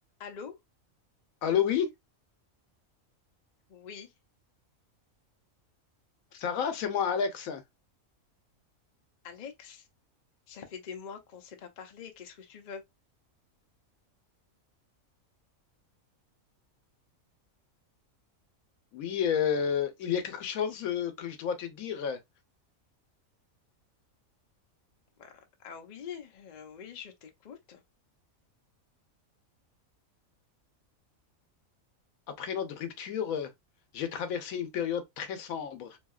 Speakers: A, on the left; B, on the left.
A: Allô?
B: Allô, oui,
A: Oui,
B: Sarah, c'est moi, Alex.
A: Alex, ça fait des mois qu'on ne s'est pas parlé. Qu'est-ce que tu veux?
B: Oui, euh, il y a quelque chose euh, que je dois te dire.
A: Bah, ah oui, euh, oui, je t'écoute.
B: Après notre rupture, euh, j'ai traversé une période très sombre.